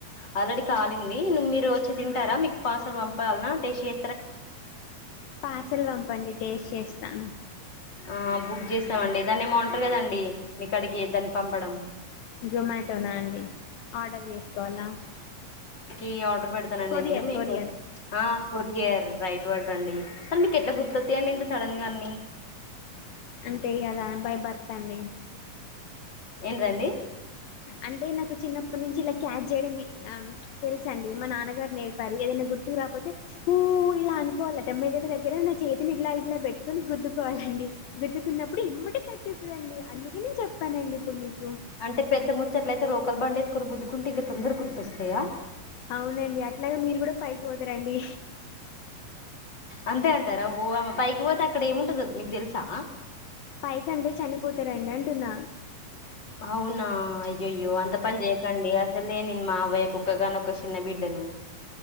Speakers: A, on the left; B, on the left.
A: ఆ ఆల్రెడీ కాలింది నువ్ మీరు వచ్చి తింటారా మీకు పార్సల్ పంపాలన్నా టేస్ట్ చే
B: పార్సల్ పంపండి టేస్ట్ చేస్తాము
A: ఆ బుక్ చేస్తామండి దాన్ని ఏమో ఉంటారు కదండి మీకడికి దాన్ని పంపడం
B: జొమాటోనా అండి ఆర్డర్ చేసుకోవాలా
A: ఈ ఆర్డర్ పెడుతానండి
B: కొరియర్
A: నేను మీకు
B: కొరియర్
A: ఆ కొరియర్ రైట్ పెట్టండి అసల్ మీకు ఎట్లా గుర్తొత్తాయండి ఇంత సడన్ గా అన్ని
B: అంటే కదా బై బర్త్ అండి
A: ఏంటిదండీ
B: అంటే నాకు చిన్నప్పటి నుంచి ఇలా క్యాచ్ చేయడ మే తెలుసు అండి మా నాన్నగారు నేర్పారు ఏదైనా గుర్తు రా రాపోతే ఊ ఇలా అనుకోవాలట మెదడు దగ్గర నా చేతులు ఇట్లా ఇలా పెట్టుకోని గుద్దుకోవాలండి గుద్దుకున్నప్పుడు ఎమ్మటే తట్టుతదండి అందుకే నేను చెప్పానండి ఇప్పుడు మీక్
A: అంటే పెద్ద ముచ్చట్లయితే రోకల్ బండే ఎస్కోని గుద్దుకుంటే ఇంకా తొందరగా గుర్తొస్తాయా
B: అవునండి అట్లాగే మీరు కూడా పైకి పోతారండి
A: అంతే అంటారా ఓ అవ్వ పైకి పోతే అక్కడ ఏముంటందో మీకు తెలుసా
B: పైకంటే చనిపోతారండి అంటున్న
A: అవునా అయ్యయ్యో అంత పని చేయకండి అసలే నేను మా అవ్వయ్యకు ఒక్కగానొక్క చిన్నబిడ్డను